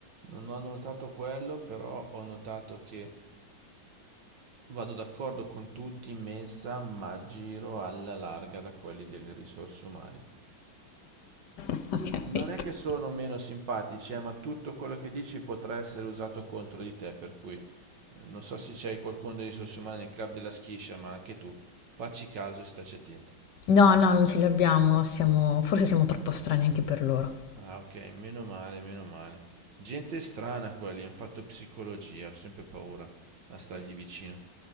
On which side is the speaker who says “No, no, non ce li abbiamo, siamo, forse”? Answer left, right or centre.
Left